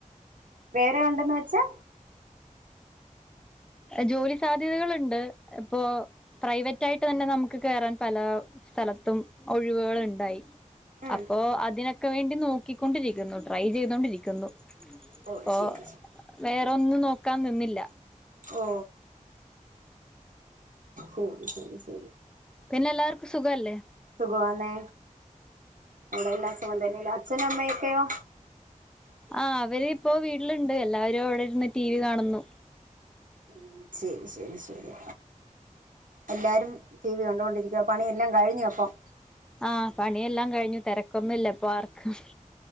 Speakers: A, on the right; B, in the centre.
A: വേറെ ഉണ്ടെന്ന് വെച്ചാ
B: ജോലി സാധ്യതകളുണ്ട് ഇപ്പോ പ്രൈവറ്റായിട്ട് തന്നെ നമുക്ക് കേറാൻ പല സ്ഥലത്തും ഒഴിവുകൾ ഉണ്ടായി
A: ഉം
B: അപ്പോ അതിനൊ ക്കെ വേണ്ടി നോക്കിക്കൊണ്ടിരിക്കുന്നു ട്രൈ ചെയ്തൊണ്ടിരിക്കുന്നു
A: ഓ
B: ഇപ്പൊ
A: ശരി
B: വേറൊന്ന് നോ ക്കാൻ നിന്നില്ല
A: ഓ ഓ ശരി ശരി ശരി
B: പിന്നെ എല്ലാവർക്കും സുഖവല്ലേ
A: സുഖവാന്നെ അവിടെ എല്ലാ സുഖംതന്നെ എല്ലാ അഛനും അമ്മ ഒക്കയോ
B: ആ അവരിപ്പോ വീട്ടിലുണ്ട് എല്ലാവരും അവിടെ ഇരുന്ന് ടി വി കാണുന്നു
A: മ് ശരി ശരി ശരി എല്ലാരും ടീ വി കണ്ടൊണ്ടിരിക്കുവാ പണിയെല്ലാം കഴിഞ്ഞോഅപ്പം
B: ആഹ് പണിയെല്ലാം കഴിഞ്ഞു തിരക്കൊന്നും ഇല്ല ഇപ്പൊ ആർക്കും